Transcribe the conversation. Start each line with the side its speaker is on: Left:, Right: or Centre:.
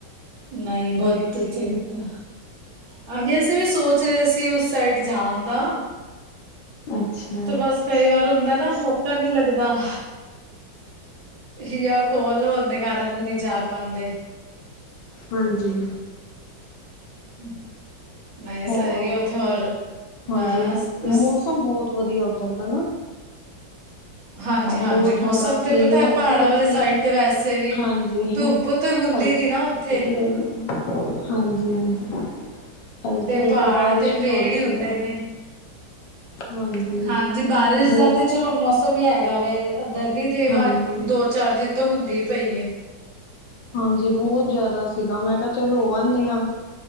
Right: ਨਈ ਬੌਤ ਅੱਛਾ ਕੀਤਾ ਹਾਂਜੀ ਅਸੀਂ ਵੀ ਸੋਚ ਰਹੇ ਸੀ ਉਸ ਸਾਈਡ ਜਾਨ ਦਾ
Left: ਅੱਛਾ।
Right: ਤੇ ਬਸ ਕਈ ਵਾਰ ਹੁੰਦਾ ਨਾ ਮੌਕ ਕਾ ਨੀ ਲੱਗਦਾ ਯਾ ਕੋਲ ਹੋਨ ਦੇ ਕਾਰਨ ਓ ਨੀ ਜਾ ਪਾਂਦੇ।
Left: ਹਾਂਜੀ
Right: ਹੂ ਨਈ
Left: ਹੋਰ
Right: ਸਈ ਏ ਉਥੇ ਹੋਰ
Left: ਹਾਂਜੀ
Right: ਬਸ ਤੁਸ
Left: ਮੌਸਮ ਬੌਤ ਵਧੀਆ ਉੱਧਰ ਦਾ ਨਾ।
Right: ਹਾਂਜੀ-ਹਾਂਜੀ
Left: ਬੌਤ ਠੰਡਾ
Right: ਮੌਸਮ
Left: ਸੀ
Right: ਤੇ ਪਤਾ
Left: ਹਲਕੀ-ਹਲਕੀ
Right: ਪਹਾੜਾਂ ਵਾਲੀ ਸਾਈਡ ਤੇ ਵੈਸੇ ਵੀ
Left: ਹਾਂਜੀ
Right: ਧੁੱਪ ਤੇ ਹੁੰਦੀ
Left: ਹਲ
Right: ਨੀ ਨਾ ਉੱਥੇ
Left: ਕੀ <unintelligible> ਹਾਂਜੀ-ਹਾਂਜੀ ਹਲਕੀ-ਹਲਕੀ
Right: ਤੇ ਪਹਾੜ
Left: ਬਾਰਿਸ਼
Right: ਤੇ
Left: ਵੀ
Right: ਪੇੜ
Left: ਹੋ ਰੀ
Right: ਹੀ ਹੁੰਦੇ
Left: ਸੀਗਾ
Right: ਨੇ।
Left: ਹਾਂਜੀ।
Right: ਹਾਂਜੀ ਬਾਰਿਸ਼
Left: ਬਹੁਤ
Right: ਦਾ ਤੇ ਚਲੋ ਮੌਸਮ ਹੀ ਹੈਗਾ ਵੇ ਇਧਰ ਵੀ ਤੇ
Left: ਹਾਂਜੀ,
Right: ਅੱਜ ਦੋ-ਚਾਰ ਦਿਨ ਤੋਂ ਹੁੰਦੀ ਹੀ ਪਈ ਏ।
Left: ਹਾਂਜੀ ਬੌਤ ਜਾਦਾ ਸੀਗਾ ਮੈਂ ਕਆ ਚਲ ਹੋ ਆਂਨੇ ਆ।